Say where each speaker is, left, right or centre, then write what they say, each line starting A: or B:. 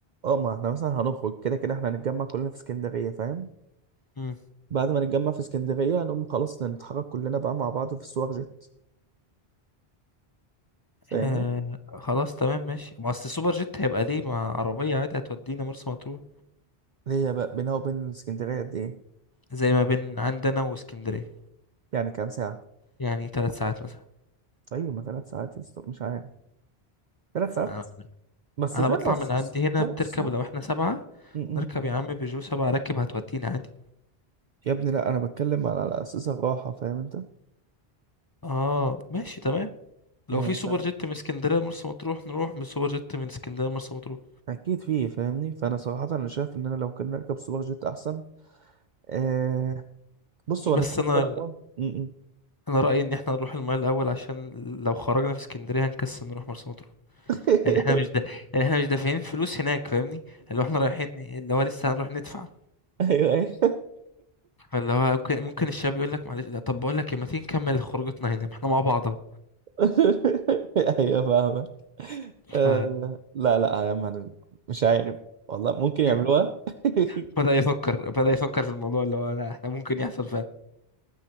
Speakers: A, on the right; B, on the left.
A: آه، ما احنا مثلا هنخرج كده كده احنا هنتجمع كلنا في اسكندرية فاهم
B: مم.
A: بعد ما نتجمع في اسكندرية هنقوم خلاص نتحرك كلنا بقى مع بعض في السوق جيت فاهمني
B: آه خلاص تمام ماشي ما أصل السوبر جيت هيبقى ليه مع عربية عادي هتودينا مرسى مطروح
A: هي بقى بينها وبين اسكندرية قد ايه
B: زي ما بين عندنا واسكندرية
A: يعني كام ساعة
B: يعني ثلاث ساعات مثلا
A: طيب ما ثلاث ساعات يا اسطى، مش عارف ثلاث ساعات
B: أنا
A: بس
B: أنا
A: فاهم
B: بطلع
A: بس
B: من عندي هنا
A: السوق
B: بتركب
A: السوق
B: لو احنا سبعة
A: م-
B: نركب
A: م.
B: يا عم بيجو سبعة راكب هتودينا عادي
A: يا ابني لا انا بتكلم على على اساس الراحة فاهم انت
B: اه ماشي تمام لو
A: يعني
B: في
A: مثلا
B: سوبر جيت من اسكندريه لمرسى مطروح نروح من سوبر جيت من اسكندريه لمرسى مطروح
A: اكيد فيه فاهمني فانا صراحة انا شايف ان انا لو كنا نركب سوبر جيت احسن آه <laughs> بص
B: بس
A: هو انا في حاجه
B: انا
A: انا كمان م- م.
B: انا رايي ان احنا نروح المايه الاول عشان لو خرجنا في اسكندريه هنكسل نروح مرسى مطروح
A: <laughs>
B: لان احنا مش دا... لان احنا مش دافعين فلوس هناك فاهمني اللي هو احنا رايحين اللي هو لسه هنروح ندفع
A: ايوه ايوه
B: فاللي هو ممكن ممكن الشاب يقول لك معلش لا طب بقول لك إيه، ما تيجي نكمل خروجتنا هنا ما احنا مع بعض اهو
A: <laughs> ايوه فاهمك
B: ف
A: آه لا لا يا عم انا مش عارف والله ممكن يعملوها
B: <laughs>
A: <laughs>
B: بدأ يفكر بدأ يفكر في الموضوع اللي هو لا احنا ممكن يحصل فعلا